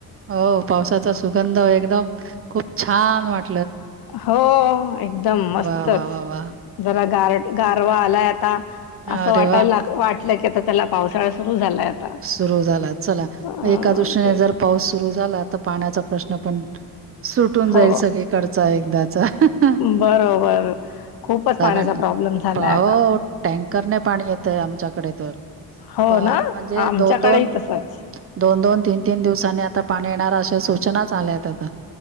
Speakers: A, on the right; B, on the left.
A: हो पावसाचा सुगंध एकदम खूप छान वाट
B: हो एकदम मस्तच
A: वा वा वा वा
B: जरा गारट गार वा आलाय आता अस
A: अरे
B: वाटाय
A: वा
B: लाग वाटलं की आता चला पावसाळा सुरु झालाय आता
A: सुरू झाला चला
B: अ
A: मग एका दृष्टीने
B: ते
A: जर पाऊस सुरू झाला तर पाण्याचा प्रश्न पण सुटून जाईल
B: हो
A: सगळीकडचा एकदाचा... हं.. हं
B: बरोबर खूपच
A: कारण
B: पाण्याचा प्रॉब्लेम झालाय
A: हो...
B: आता
A: टँकरने पाणी येतंय आमच्याकडे तर
B: हो
A: पा-
B: ना
A: म्हणजे
B: आमच्याकडेही
A: दोन दोन...
B: तसच
A: दोन दोन तीन तीन दिवसांनी आता पाण्या येणार अशा सूचनाच आल्या आहेत आता